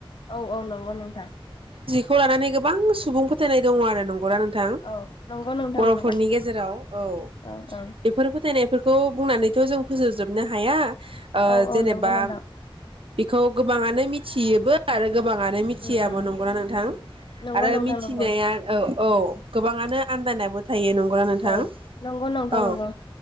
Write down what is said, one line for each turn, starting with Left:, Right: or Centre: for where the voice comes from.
Left: औ औ नंगौ नोंथां।
Right: खौ लानानै गोबां सुबुं फोथायनाय दङ आरो नंगौना नोंथां
Left: औ नंगौ नोंथां
Right: बर'फोरनि
Left: नंगौ
Right: गेजेराव ओव
Left: औ औ
Right: बेफोर फोथायनाय फोरखौ बुंनानैथ जों फोजोबजोबनो हाया ओ
Left: औ औ
Right: जेनेबा
Left: नंगौ नोंथां
Right: बेखौ गोबांआनो मिथियोबो आरो। गोबांआनो मिथियाबो
Left: उम उम
Right: नंगौना नोंथां?
Left: नंगौ
Right: आरो
Left: नोंथां
Right: मिथिनाया
Left: नंगौ
Right: औ औ गोबाङानो आन्दायनायबो था थायो नंगौना नोंथां
Left: औ नंगौ नोंथां
Right: औ
Left: नंगौ